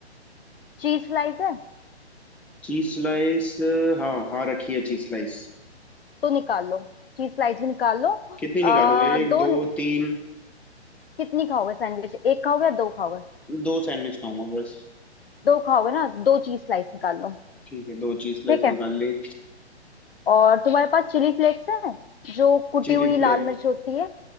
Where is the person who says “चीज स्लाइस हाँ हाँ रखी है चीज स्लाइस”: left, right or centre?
Centre